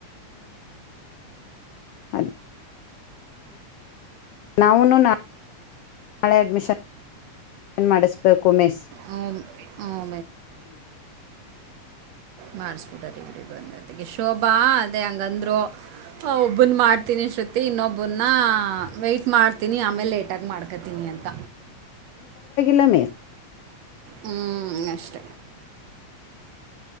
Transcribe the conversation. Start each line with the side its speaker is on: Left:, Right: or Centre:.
Left: ಅದ ನಾಾವ ನಾಳೆ ಅಡ್ಮಿಷನ್ ಮಾಡಿಸಬೇಕು ಕಮೇಶ್ಞ
Right: ಹ್ಞೂ ಹ್ಞೂ ಮಾಡಿಸಬಿಡರಿಬಿ ಬಂದತೆಿಗೆ ಶೋಭಾ ಅದೇ ಹಂಗಂದ್ರು ಒಬ್ಬನ್ ಮಾಡ್ತೀನಿ ಅನ್ ಸತಿ ಇನ್ನೊಬ್ಬನ್ನ ವೈ್ಟಟ್ ಮಾಡ್ತೀನಿ ಆಮೇಲೆ ಲೇಟ್ ಅಟಕ್ ಮಾಡ್ಕೊತೀನಿ ಅಂತ
Left: ಲ ಮೇ
Right: ಹ್ಮ್ ಅಷ್ಟ